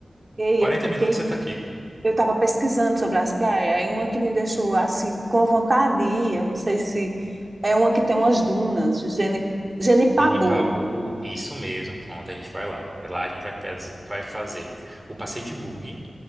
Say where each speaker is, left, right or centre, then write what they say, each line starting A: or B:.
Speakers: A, on the right; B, on the right.
A: Ei,
B: 40
A: eu fiquei,
B: minutos você tá aqui.
A: eu estava pesquisando sobre as praias, aí uma que me deixou assim com vontade de ir, eu não sei se é uma que tem umas dunas, Geni, Genipabu.
B: Genipabu, isso mesmo, pronto, a gente vai lá. Lá a gente vai, pes- vai fazer o passeio de bug,